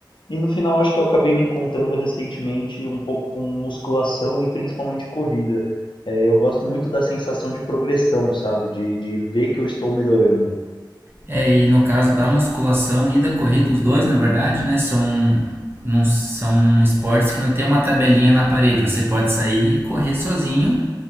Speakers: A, on the left; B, on the right.
A: E no final, acho que eu acabei me encontrando recentemente um pouco com musculação e principalmente corrida. É, eu gosto muito da sensação de progressão, sabe? De, de ver que eu estou melhorando.
B: É, e no caso da musculação e da corrida, os dois, na verdade, né, são, não, são esportes que não tem uma tabelinha na parede. Você pode sair e correr sozinho